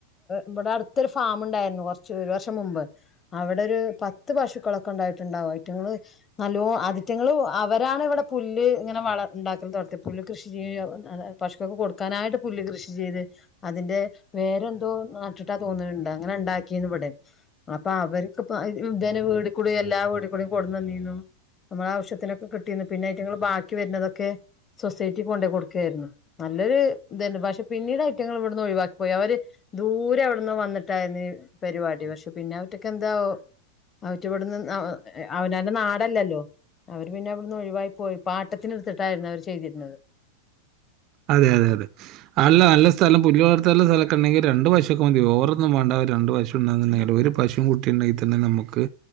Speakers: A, on the left (about 25°); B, on the right (about 40°).
A: ഇവിടെ അടുത്തൊരു ഫാമ ഉണ്ടായിരുന്നു കുറച്ച് ഒരു വർഷം മുമ്പ് അവിടെ ഒരു പത്ത് പശുക്കളൊക്കെ ഉണ്ടായിട്ടുണ്ടാവും അയറ്റങ്ങള് നല്ലോ അതിറ്റങ്ങള് അവരാണ് ഇവിടെ പുല്ല് ഇങ്ങന വള ണ്ടാ ക്കൽ തൊടത്തിയെ. പുല്ല് കൃഷി ചെയ്യ <unintelligible> പശുക്കൊക്കെ കൊടുക്കാനായിട്ട് പുല്ല് കൃഷി ചെയ്ത് അതിന്റെ വേ രെ സിന്തോ നാട്ടിട്ടാ തോന്നണ് ണ്ട് അങ്ങനെ ഉണ്ടാക്കിന്ന് വിടെ അപ്പ അവർക്ക് പ്പം ഇതനെ വേ ടി എല്ലാ വീട്കൂടി കൊട്ന്നന്നീന്നു. നമ്മള ആവശ്യത്തിനൊക്കെ കിട്ടീന്നു. പിന്നെ അയ്റ്റങ്ങള് ബാക്കി വരുന്നതൊക്കെ സൊസൈറ്റി കൊണ്ടയ് കൊടുക്കുവായിരുന്നു. നല്ലൊരു ഇതന്നെ. പക്ഷെ പിന്നീട് ഐറ്റങ്ങൾ ഇവിടുന്ന് ഒഴിവാക്കിപ്പോയി അവര് ദൂരെ എവിട്ന്നോ വന്നിട്ടായിരുന്നു ഇ പരിപാടി. പക്ഷെ പിന്നെ അവറ്റൊക്കെ എന്താ അവറ്റ ഇവിടുന്ന് അവനാന്റെ നാടല്ലല്ലോ അവര് പിന്നെ അവിടുന്ന് ഒഴിവായി പോയി പാട്ടത്തിനെടുത്തിട്ടായിരുന്നു അവര് ചെയ്തിരുന്നത്
B: അതെ അതെ അതെ അല്ല നല്ല സ്ഥലം പുല്ല് വളർത്താല്ല സ്ഥലക്കെ ഉണ്ടെങ്കിൽ രണ്ടു പശു ക്കെ മതി. ഓവറൊന്നും വേണ്ട രണ്ട് പശുണ്ടാന്ന് ഇണ്ടെങ്കില് ഒരു പശും കുട്ടിണ്ടെങ്കിൽ തന്നെ നമുക്ക്